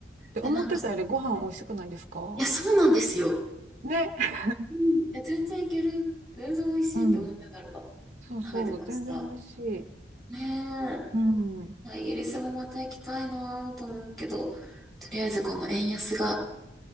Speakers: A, on the right; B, in the centre.
A: で、
B: で、
A: 思ってたよりご飯美味しくないですか
B: なんかいや、そうなんですよ。
A: ね。
B: うん。いや、全然いける。全然美味しいと思いながら
A: うん。そうそう。
B: 食べてました。
A: 全然美味しい。
B: ね
A: うん。
B: え。いや、イギリスもまた行きたいなと思うけど、とりあえずこの円安が。